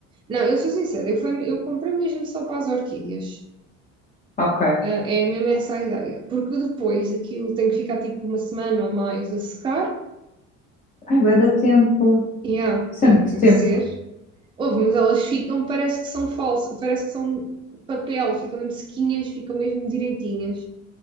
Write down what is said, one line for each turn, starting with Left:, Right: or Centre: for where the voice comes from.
Right: Não, eu sou sincera, eu, fui- eu comprei mesmo só para as orquídeas.
Left: Ok.
Right: Ah, é mesmo essa a ideia. Porque depois aquilo tem que ficar tipo uma semana ou mais a secar.
Left: Ai, vai dar tempo.
Right: Yeah,
Left: Sempre
Right: tem, tem
Left: tempo.
Right: que ser. Ouve, mas elas ficam, parece que são falsas, parece que são papel, ficam mesmo sequinhas, ficam mesmo direitinhas.